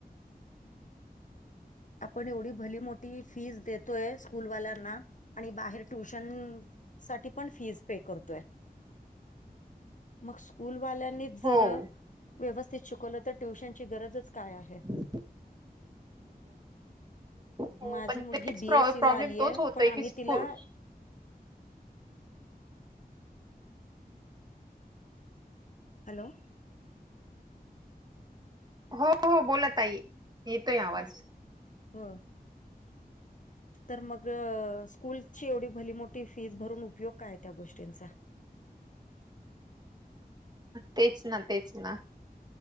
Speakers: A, on the left; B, on the right.
A: आपण एवढी भली मोठी फीज देतोयं स्कूलवाल्यांना. आणि बाहेर ट्युशनं साठी पण फी पे करतोयं. मग स्कुलवाल्या नीच जर
B: हो
A: व्यवस्थित शिकवलं. तर ट्युशनची गरजच काय आहे.
B: <inaudible> हो
A: माझी
B: पण
A: मुलगी
B: तेच
A: बीएससी
B: प्रॉब्लेम
A: ला आलीय
B: तोच होतय
A: पण आम्ही
B: कि स्कुल
A: तिला हॅलो.
B: हो हो बोला ताई. येतोयं आवाज.
A: हो. तर मग स्कूलची एवढी भली मोठी फीज भरून उपयोग काय आहे त्या गोष्टींचा.
B: तेचं ना तेच ना